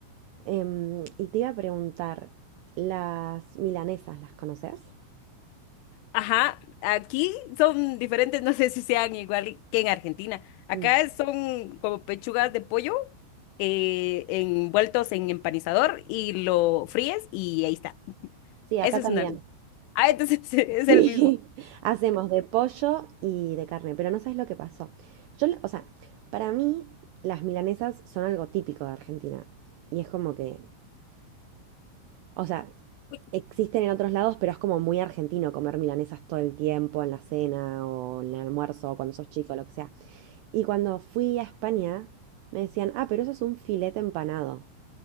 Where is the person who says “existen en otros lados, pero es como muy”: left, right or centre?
Right